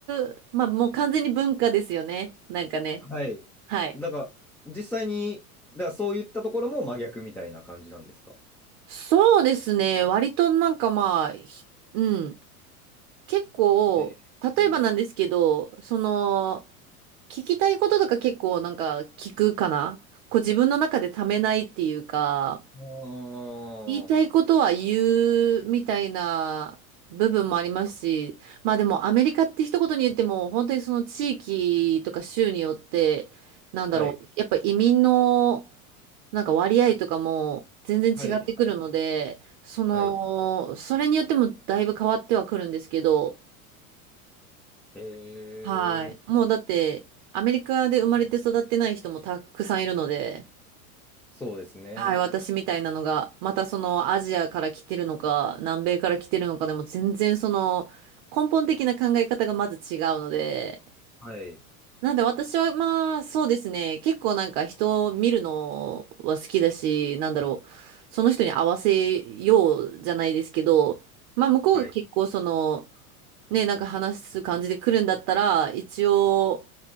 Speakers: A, on the right; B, in the centre.
A: う、まあもう完全に文化ですよね。なんかね。
B: はい。
A: はい。
B: だから、実際に、だからそういったところも真逆みたいな感じなんですか。
A: そうですね。割となんかまあ、ひうん。結構、
B: えー、
A: 例えばなんですけど、その、聞きたいこととか結構なんか聞くかなこう自分の中でためないっていうか、
B: あー
A: 言いたいことは言うみたいな部分もありますし、まあでもアメリカって一言に言っても本当にその地域とか州によって、なんだろう、
B: はい、
A: やっぱ移民のなんか割合とかも全然違ってくるので、
B: はい、はい、
A: その、
B: はい。
A: それによってもだいぶ変わってはくるんですけど、
B: へえ、
A: はい。もうだって、アメリカで生まれて育ってない人もたくさんいるので、
B: そうですね。
A: はい、私みたいなのが、またそのアジアから来てるのか、南米から来てるのかでも全然その根本的な考え方がまず違うので、
B: はい、
A: なんで私はまあそうですね、結構なんか人を見るのは好きだし、なんだろう、その人に合わせようじゃないですけど、まあ向こうが結構その、
B: はい。
A: ね、なんか話す感じで来るんだったら、一応、